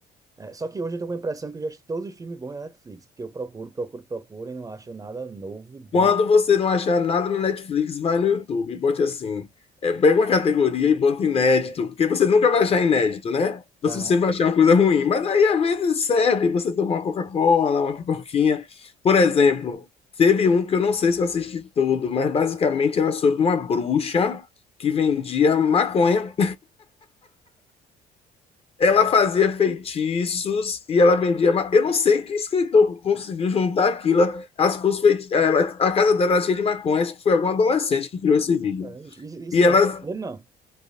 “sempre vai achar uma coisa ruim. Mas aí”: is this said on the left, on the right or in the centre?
Left